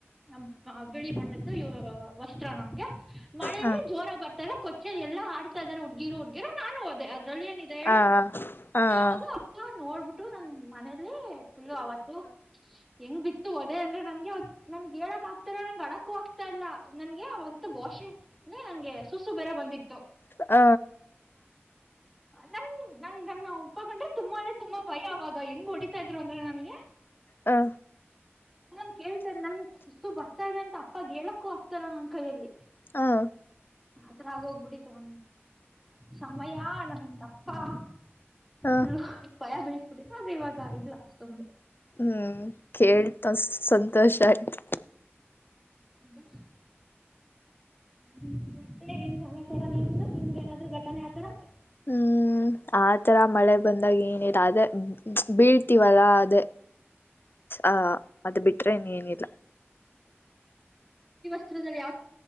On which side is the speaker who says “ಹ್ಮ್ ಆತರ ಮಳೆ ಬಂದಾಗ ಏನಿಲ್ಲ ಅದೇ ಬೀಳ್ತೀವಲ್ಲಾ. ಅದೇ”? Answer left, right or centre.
Left